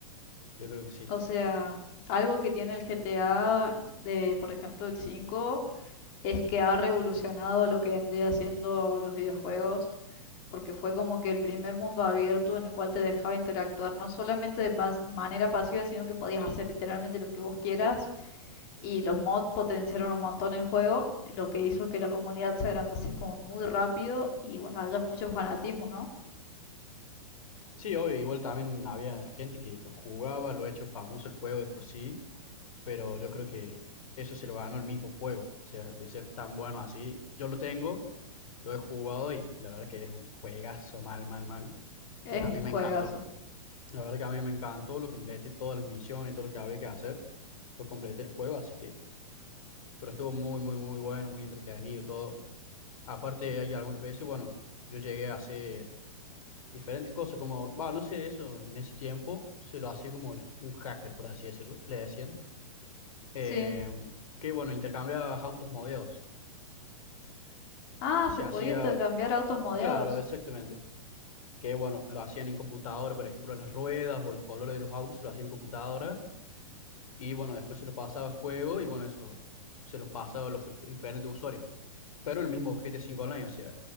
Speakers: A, on the left; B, on the left.
A: Yo creo que sí.
B: O sea, algo que tiene el GTA de, por ejemplo, el 5 es que ha revolucionado lo que vendría siendo los videojuegos, porque fue como que el primer mundo abierto en el cual te dejaba interactuar no solamente de mas- manera pasiva, sino que podías hacer literalmente lo que vos quieras Y los mods potenciaron un montón el juego, lo que hizo que la comunidad se agrandase como muy rápido y bueno, haya mucho fanatismo, ¿no?
A: Sí, obvio, igual también había gente que lo jugaba, lo ha hecho famoso el juego de por sí, pero yo creo que eso se lo ganó el mismo juego, o sea, de ser tan bueno así. Yo lo tengo, lo he jugado y la verdad que es un juegazo mal, mal, mal,
B: Es
A: que a
B: un
A: mí me
B: juegazo.
A: encantó. La verdad que a mí me encantó, lo completé todas las misiones, todo lo que había que hacer, lo completé el juego, así que pero estuvo muy, muy, muy bueno, muy entretenido todo. Aparte, hay algunas veces, bueno, yo llegué a hacer diferentes cosas, como, va, no sé eso, en ese tiempo se lo hacía como el- un hacker, por así decirlo, le decían, eh,
B: Sí.
A: que bueno, intercambiabas autos modeados.
B: Ah,
A: Se
B: se
A: hacía,
B: podía intercambiar autos modeados.
A: claro, exactamente. Que bueno, lo hacían en computadora, por ejemplo, las ruedas o los colores de los autos, lo hacían en computadora. Y bueno, después se los pasaba al juego y bueno, eso se los pasaba a los dif- diferentes usuarios. Pero el mismo gt 5 Online, o sea,